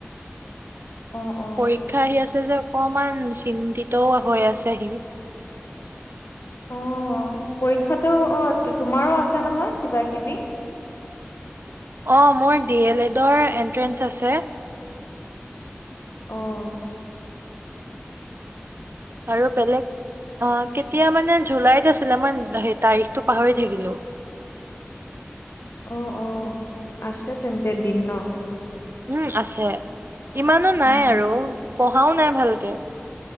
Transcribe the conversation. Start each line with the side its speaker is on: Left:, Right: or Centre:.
Left: অ', অ',
Right: পৰীক্ষা আহি আছে যে অকমান চিন্তিতও হৈ আছেহি
Left: অ পৰীক্ষাটো অ তোমাৰো আছে নহয় কিবা কিবি
Right: অঁ মোৰ ডি এল এডৰ এণ্ট্ৰেঞ্চ আছে
Left: অহ
Right: আৰু বেলেগ অ কে এতিয়া মানে জুলাইত আছিলে আ মানে সেই তাৰিখটো পাহৰি থাকিলো
Left: অ অ আছে তেন্তে দিন ন
Right: উম আছে ইমানো নাই
Left: উম।
Right: আৰু পঢ়াও নাই ভালকে